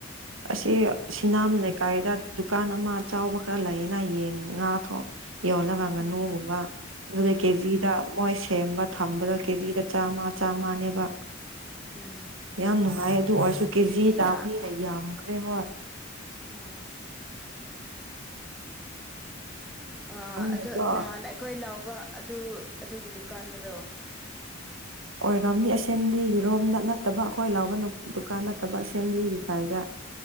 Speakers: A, on the right; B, in the centre.
A: ꯑꯁꯤ ꯁꯤꯅꯥꯝ ꯂꯩꯀꯥꯏꯗ
B: ꯁꯦꯝꯒꯦ
A: ꯗꯨꯀꯥꯟ ꯑꯃ ꯆꯥꯎꯕ ꯈꯔ ꯂꯩꯌꯦꯅ ꯌꯦꯟ ꯉꯥꯊꯣꯛ ꯌꯣꯜꯂꯒꯪ ꯉꯥꯅꯨꯒꯨꯝꯕ
B: ꯎꯝ
A: ꯑꯗꯨꯗ
B: ꯎꯝ
A: ꯀꯦꯖꯤ ꯁꯤꯗ ꯃꯣꯏ ꯁꯦꯝꯕ ꯊꯝꯕꯗꯣ ꯀꯦꯖꯤꯗ ꯆꯥꯝꯃ ꯆꯥꯝꯃꯅꯦꯕ
B: ꯎꯝ
A: ꯌꯥꯝ ꯅꯨꯡꯉꯥꯏ ꯑꯗꯨ ꯑꯣꯏꯔꯁꯨ ꯀꯦꯖꯤ
B: ꯀꯦꯖꯤꯗ
A: ꯇꯥꯕꯅꯤꯅ ꯌꯥꯝꯈ꯭ꯔꯦꯕ
B: ꯑꯥ ꯑꯥ
A: ꯑꯩꯅꯀꯣ
B: ꯑꯗꯨ ꯅꯍꯥꯟ ꯑꯩꯈꯣꯏ ꯂꯥꯎꯕ ꯑꯗꯨ ꯑꯗꯨꯒꯤ ꯗꯨꯀꯥꯟꯗꯔꯣ
A: ꯑꯣꯔꯝꯅꯤ ꯑꯁꯦꯝꯕ꯭ꯂꯤꯒꯤꯔꯣꯝꯗ ꯅꯠꯇꯕ ꯑꯩꯈꯣꯏ ꯂꯥꯎꯕ ꯗꯨꯀꯥꯟ ꯅꯠꯇꯕ ꯑꯁꯦꯝꯕ꯭ꯂꯤꯒꯤ
B: ꯎꯝ
A: <unintelligible>